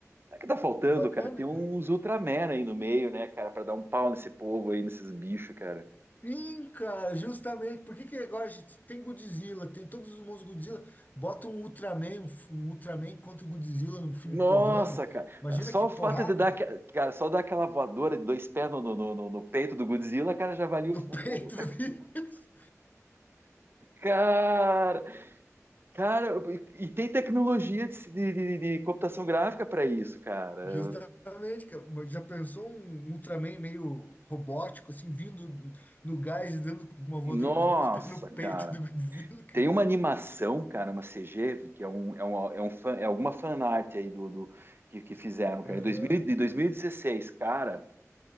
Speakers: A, on the right; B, on the left.
A: Sabe O que tá faltando,
B: É bacana,
A: cara? Tem uns
B: cara.
A: Ultraman aí no meio, né, cara, Pra dar um pau nesse povo aí, nesses bichos, cara.
B: Sim, cara, justamente. Por que que agora a gente tem Godzilla, tem todos os monstros Godzilla, bota um Ultraman, um, f- um Ultraman contra o Godzilla num filme
A: Nossa,
B: porrando.
A: cara,
B: Imagina
A: só
B: que
A: o
B: porrada,
A: fato de dar,
B: cara,
A: aque- cara, só dar aquela voadora de dois pés no, no, no, no- no peito do Godzilla, cara, já valia
B: no
A: o,
B: <laughs> peito
A: o-
B: do bicho.
A: cara, cara, e, e tem tecnologia de, de, de- de computação gráfica para isso, cara.
B: Justamente, cara. Mas Já pensou um Ultraman meio robótico, assim, vindo no gás e dando uma voadora
A: Nossa,
B: com os dois pés no peito
A: cara.
B: do Godzilla, cara?
A: Tem uma animação, cara, uma CG, que é um, é um, é um fan, é alguma fanart aí do, do que, que fizeram, cara,
B: Aham.
A: em 2000 de 2016, cara,